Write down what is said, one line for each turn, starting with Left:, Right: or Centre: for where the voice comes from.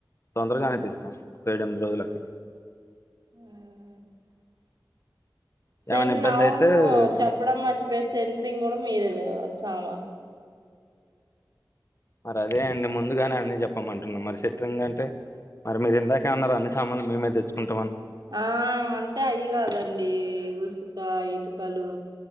Left: తొందరగానే తీస్తాం ఒక ఏడు ఎనిమిది రోజులకి
Right: హ్మ్మ్ సెం
Left: ఏమైనా ఇబ్బంది
Right: అవును
Left: అయితే కొంచెం
Right: చెప్పడం మర్చిపోయా సెంట్రింగ్ కూడా మీరే తేవాలీ సామాన్
Left: మరి అదే అండి ముందుగానే అన్న చెప్పమంటున్నాం మరి సెంట్రింగ్ అంటే మరి మీరు ఇందాకే అన్నారు అన్ని సామానులు మేమే తెచ్చుకుంట
Right: ఆ అంటే అయి కాదండి ఊసి ఇకా ఇటుకలు